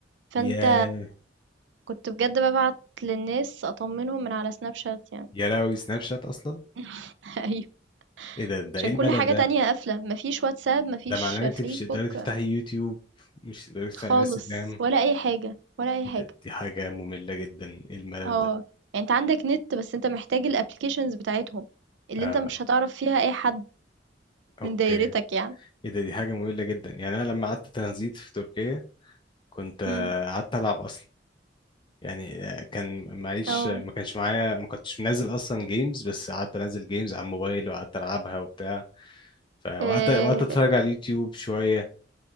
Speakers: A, on the right; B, on the left.
A: فأنت
B: يا
A: كنت بجد ببعت للناس أطمنهم من على سناب شات يعني
B: يا لهوي سناب شات اصلا
A: <laughs> أيوه.
B: ايه ده ده
A: عشان
B: ايه الملل
A: كل حاجة
B: ده
A: تانية قافلة، ما فيش واتساب، ما فيش
B: ده معناه ان انت
A: فيسبوك
B: مش تقدري تفتحي يوتيوب مش تقدري تفتحي
A: خالص
B: انستجرام
A: ولا أي حاجة، ولا أي
B: إيه
A: حاجة.
B: ده دي حاجه ممله جدا ايه الملل
A: آه.
B: ده
A: يعني أنت عندك نت، بس أنت محتاج الapplications بتاعتهم، اللي
B: آه
A: أنت مش هتعرف فيها أي حد
B: اوكي
A: من دايرتك يعني.
B: ايه ده دي حاجة مملة جدا يعني انا لما قعدت ترانزيت في تركيا كنت آه،
A: إمم.
B: قعدت العب اصلا يعني آه، كان معيش
A: آه.
B: ما كانش معايا ما كنتش منزل اصلا جيمز بس قعدت انزل جيمز على الموبايل وقعدت العبها وبتاع فوقعدت
A: آآ
B: وقعدت اتفرج على اليوتيوب شوية